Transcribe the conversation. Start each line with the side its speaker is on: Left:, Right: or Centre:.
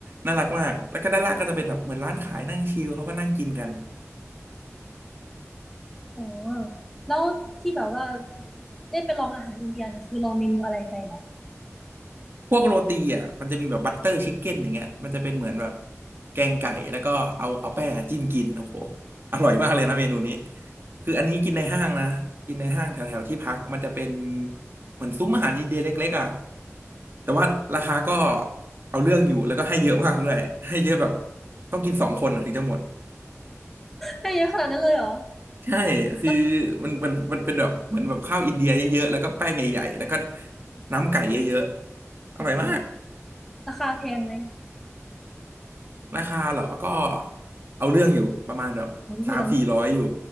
Right: น่ารักมากแล้วก็ด้านล่างก็จะเป็นแบบเหมือนร้านขายนั่งชิลเขาก็นั่งกินกัน
Centre: อ๋อแล้วที่แบบว่าได้ไปลองอาหารอินเดียเนี่ยคือลองเมนูอะไรไปเหรอ
Right: พวกโรตีอ่ะมันจะมีแบบบัตเตอร์ชิคเก้นอย่างเงี้ยมันจะเป็นเหมือนแบบแกงไก่แล้วก็เอาเอาแป้งอะจิ้มกินโอ้โหอร่อยมากเลยนะเมนูนี้คืออันนี้กินในห้างนะกินในห้างแถวแถวที่พักมันจะเป็นเหมือนซุ้มอาหารอินเดียเล็กๆอ่ะแต่ว่าราคาก็เอาเรื่องอยู่แล้วก็ให้เยอะมากด้วยให้เยอะแบบต้องกินสองคนอะถึงจะหมด
Centre: ให้เยอะขนาดนั้นเลยเหรอ
Right: ใช่คือ
Centre: แล้ว
Right: มันมันมันเป็นแบบเหมือนแบบข้าวอินเดียเยอะๆแล้วก็แป้งใหญ่ๆแล้วก็น้ำไก่เยอะๆอร่อยมาก
Centre: อืมราคาแพงไหม
Right: ราคาเหรอ ก็เอาเรื่องอยู่ประมาณแบบสามสี่ร้อยอยู่
Centre: สองเดือน